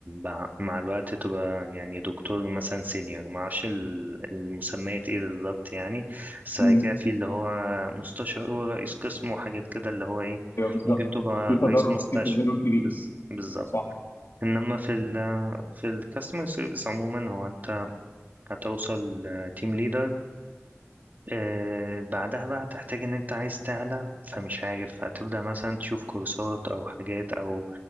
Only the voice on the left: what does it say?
مم.
ايوه بالظبط
في
تضرر
في تضرر كبير
صح